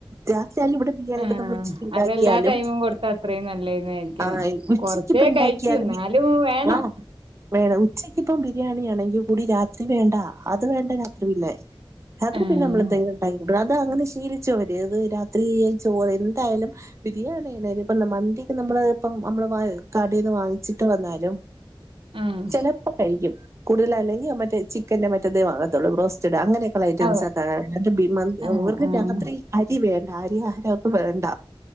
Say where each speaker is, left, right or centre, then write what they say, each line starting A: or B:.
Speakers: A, on the right (about 30°); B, on the right (about 75°).
A: രാത്രി <unintelligible> ഇവടെ ബിരിയാണി
B: ഏഹ്
A: <unintelligible> ണ്ടാക്കിയാലും
B: അതെല്ലാ ടൈമും കൊടുത്താ അത്രയും നല്ലതെന്ന് വിചാരിക്കണെ.
A: ആഹ് ഉച്ചക്കിപ്പൊ
B: കൊറച്ചേ
A: ഇണ്ടാ
B: കഴിക്കൂ
A: ക്ക്‌യാലും
B: എന്നാലും
A: ഈ
B: വേണം.
A: ആഹ് വേണം ഉച്ചക്കി പ്പം ബിരിയാണി ആണെങ്കിൽ കൂടി രാത്രി വേണ്ട അത് വേണ്ട രാത്രി പിന്നെ. രാത്രി
B: ആഹ്
A: പിന്നെ നമ്മെൾ എത്തെലും ഇണ്ടാക്കി അത് അങ്ങനെ ശീലിച്ചു അവര് അത് രാത്രി ചോറ് എ ന്തായാലും. ബിരിയാണി ഇപ്പ മന്തിക്ക് നമ്മള് ഇപ്പം നമ്മള് കടെന്ന് വാങ്ങിച്ചിട്ട് വന്നാലും.
B: ആഹ്
A: ചെലപ്പോ കഴിക്കും കൂടുതല അല്ലെങ്കിൽ മറ്റേ ചിക്കന്റെ മറ്റേതേ വാങ്ങത്തുള്ളൂ ബ്രോസ്റ്റഡ് അങ്ങനെ. ഐറ്റംസൊക്ക
B: അതെ
A: <unintelligible>
B: ആഹ്
A: ഓർക്ക്
B: ആഹ്
A: രാത്രി അരി വേണ്ട അരി ആഹാരയ്ട്ട് വേണ്ട.